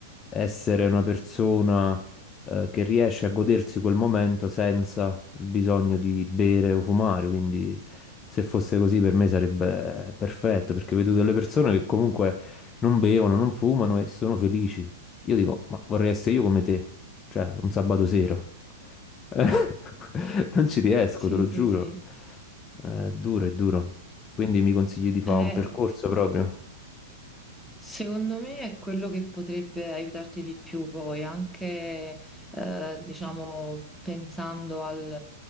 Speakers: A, on the left (about 25°); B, in the centre.
A: essere una persona, eh, che riesce a godersi quel momento senza il bisogno di bere o fumare, quindi se fosse così per me sarebbe perfetto, perché vedo delle persone che comunque non bevono, non fumano e sono felici. Io dico, ma vorrei essere io come te, cioè un sabato sera. Eh, <laughs> non ci riesco,
B: Sì,
A: te lo
B: sì,
A: giuro.
B: sì.
A: Eh, duro, è duro. Quindi mi consigli di fare
B: Eh,
A: un percorso proprio.
B: Secondo me è quello che potrebbe aiutarti di più poi, anche eh, diciamo pensando al,